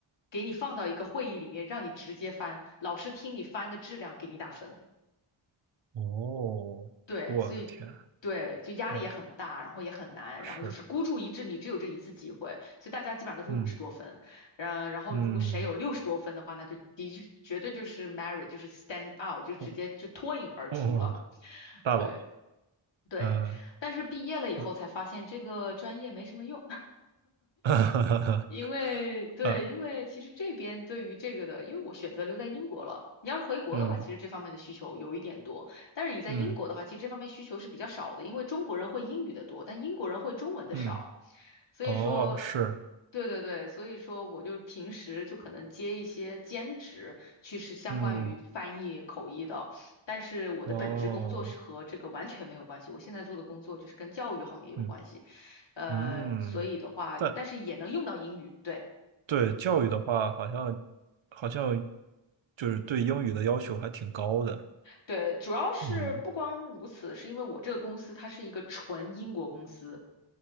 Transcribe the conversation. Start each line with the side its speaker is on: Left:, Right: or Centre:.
Left: 给你放到一个会议里面，让你直接翻，老师听你翻的质量给你打分。
Right: 哦，
Left: 对，
Right: 我的天，
Left: 所以对，就压力也很大，
Right: 嗯，
Left: 然后也很难，然后就是孤注一掷，
Right: 是，
Left: 你只有这一次机会，所以大家基本上都是五十多分，
Right: 嗯
Left: 嗯，然后如果谁有六十多分的话，
Right: 嗯，
Left: 那就的确绝对就是 Mary，就是 stand out，就直接就脱颖而出了。
Right: 哦哦，大佬，
Left: 对对，
Right: 嗯，
Left: 但是毕业了以后才发现这个专业没什么用。
Right: 呃，<laughs>
Left: 因为对，
Right: 呃，
Left: 因为其实这边对于这个的，因为我选择留在英国了。你要是回国的话，
Right: 嗯
Left: 其实这方面的需求有一点多，但是你在英国的话，
Right: 嗯
Left: 其实这方面需求是比较少的，因为中国人会英语的多，但英国人会中文的少，
Right: 嗯，
Left: 所以说，
Right: 哦，是，
Left: 对对对，所以说我就平时就可能接一些兼职，去是相关于翻译口译的，
Right: 嗯，
Left: 但是我的本职工作是和这个完全没有关系，
Right: 哦，
Left: 我现在做的工作就是跟教育行业有关系。
Right: 嗯
Left: 呃，
Right: 嗯，
Left: 所以的话，
Right: 但
Left: 但是也能用到英语，对
Right: 对教育的话，好像好像就是对英语的要求还挺高的，
Left: 对，主要是不光如此，
Right: 嗯
Left: 是因为我这个公司它是一个纯英国公司，